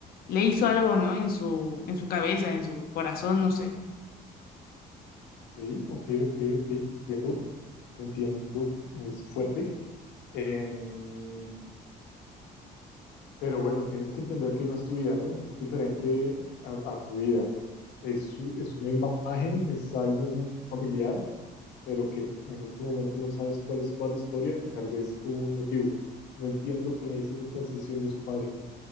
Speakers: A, on the left; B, on the left.
A: le hizo algo, ¿no? En su, en su cabeza, en su corazón, no sé.
B: Ok, ok, ok, ok, te entiendo, te entiendo, es fuerte. Em, Pero bueno, tienes que entender que no es tu vida, ¿no? Es diferente a, a tu vida. Es, es una imagen, es algo familiar, pero que en este momento no sabes cuál es toda la historia y tal vez tuvo un motivo. No entiendo lo que me dices de transición de su padre.